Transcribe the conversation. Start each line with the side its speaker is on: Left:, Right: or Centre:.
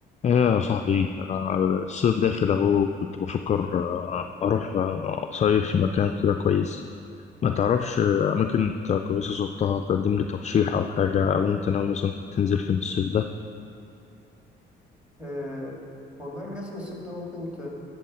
Left: ايه يا صاحبي انا الصيف داخل اهو كنت بفكر آه، اروح آه، اصيف في مكان كده كويس ما تعرفش آه، اماكن انت كويسه زرتها تقدم لي ترشيح او حاجه او انت ناوي مثلا تنزل فين الصيف ده
Centre: أه والله أنا حاسس إن الصيف ده ممكن ت...